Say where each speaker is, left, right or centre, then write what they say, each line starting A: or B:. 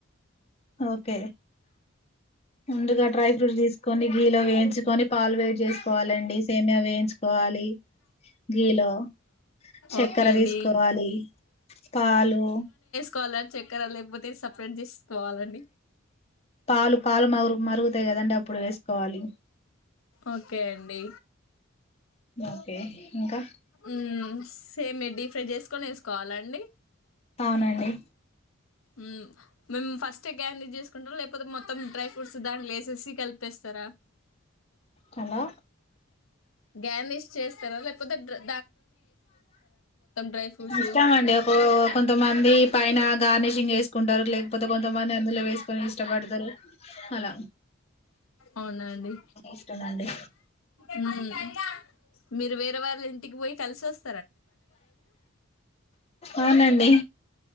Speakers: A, on the left; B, on the left.
A: ఓకే ముందుగా డ్రై ఫ్రూట్స్ తీసుకొని గీలో వేయించుకొని పాలు వేడి చేసుకోవాలండి సేమీయా వేయించుకోవాలి గీలో చక్కర
B: ఓకే అండి
A: తీసుకోవాలి పాలు
B: కోవాల చెక్కర లేకపోతే సేపరేట్ చేసుకోవాలండి
A: పాలు పాలు మరు మరుగుతాయి కదండి అప్పుడు వేసుకోవాలి
B: ఓకే అండి
A: ఓకే ఇంకా
B: ఉమ్ సేమ్డిఫ్ జేసుకోని ఎస్ కోవాలండి
A: అవునండి
B: ఉమ్ మేము ఫస్ట్ క్యాండజ్ చేసుకుంటాం లేక్ప తే మొత్తం డ్రై ఫ్రూట్స్ దాంట్లో ఏసేసీ కలిపేస్తారా
A: హలో
B: గార్నిష్ చేస్తారా లేక్ పోతే పోతే డ్రై ఫూ డ్రై ఫ్రూట్స్
A: ఇష్టామ అండి ఒక కొంతమంది పైన గార్నిష్ గేసుకుంటారు లేకపోతే కొంతమంది అందులో వేసుకొని ఇష్టపడతారు అలా
B: అవునా అండి
A: ఇష్టమండి
B: ఉమ్ మీరు వేరే వాళ్ళ ఇంటికి పోయి కల్సస్
A: అవునండి